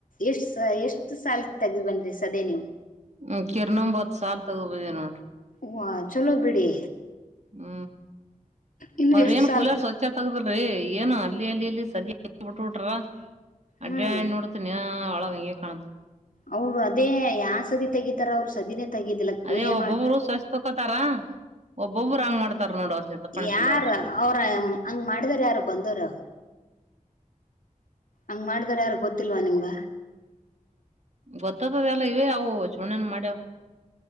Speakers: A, on the left; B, on the right.
A: ಎಷ್ಟ್ ಎಷ್ಟು ಸಾಲ ತೆಗ್ ಬಂದ್ರಿ ಸದೇ ನೀವು
B: ಹ್ಮ್ ಕಿರ್ನೊಂಬತ್ ಸಾಲ್ ತಗೋಬಂದಿ ನೋಡ್ರಿ
A: ಹ. ಚೊಲೋ ಬಿಡಿ.
B: ಹ್ಮ
A: ಇನ್ನು
B: ಅವ್ರ
A: ಎಷ್ಟ್
B: ಏನ್
A: ಸಾಲ
B: ಕೂಲಾರ ಸ್ವಚ್ಛ ತೆಗೆದಿಲ್ಲ ರೀ ಏನು ಅಲ್ಲಿ. ಅಲ್ಲಿಲ್ಲಿಲ್ಲಿ ಸದ ಬಿಟ್ಬಟ್ರ. ಅಡ್ಡಾಡಿ
A: ಹ್ಮ್
B: ನೋಡ್ತೀನಿ <unintelligible> ಹಂಗೆ ಕಾಣ್ತಾ.
A: ಅವರು ಅದೇ ಯ ಸತಿ ತೆಗೀತಾರ ಅವರು. <unintelligible> ತಗಿದಿಲ್ಲ ಕೂಲಿಯ
B: ಅದೇ ಒಬ್ಬೊಬ್ರು
A: ಮಾಡ
B: ಸ್ವಸ್ ತಕೋತಾರ ಒಬ್ಬೊಬ್ರು ಹಂಗ್ ಮಾಡ್ತಾರ ನೋಡ ಅವ್ರ ಜೊತೆ ಪಣಸ್ಬಳ್ಯಾರ
A: ಯಾರ ಅವ್ರ ಹಂಗ ಮಾಡಿದಾರ ಯಾರು ಬಂದರು. ಹಂಗ್ ಮಾಡಿದರು ಯಾರು ಗೊತ್ತಿಲ್ವಾ ನಿಮ್ಗ.
B: ಗೊತ್ತತದ ಎಲ್ಲ ಇವ ಅವು ಚುಣನ ಮಾಡ್ಯಾವ್.